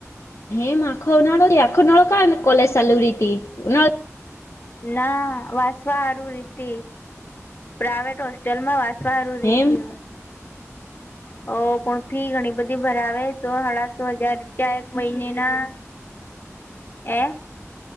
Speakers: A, on the left (about 65°); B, on the left (about 45°).
A: હેમ આખો ઉનાળો આખો ઉનાળો કા કોલેજ ચાલુ રહી તી ઉનાળ
B: ના વાસવા સારું રીતે પ્રઇવેટ હોસ્ટેલ માં સારું રીતી
A: હેમ
B: ઓ પણ અ ફી ઘણી બધી ભરાવે સો સાડા સો હજાર રૂપિયા એક મહિનેના એ